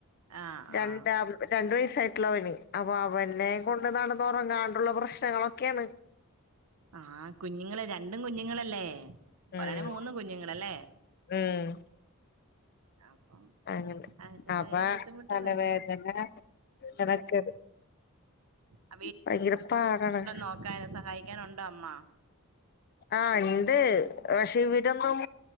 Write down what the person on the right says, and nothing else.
ആ
ആ
ആ കുഞ്ഞുങ്ങളെ രണ്ടും കുഞ്ഞുങ്ങളല്ലേ.
പറീണ മൂന്നുകുഞ്ഞുങ്ങളല്ലേ
അപ്പം.
അതിൻ്റെതായ
ബുദ്ധിമുട്ട്
വരും
ആ,
നോക്കാൻ ങ്ങന ഉണ്ടോ അമ്മ.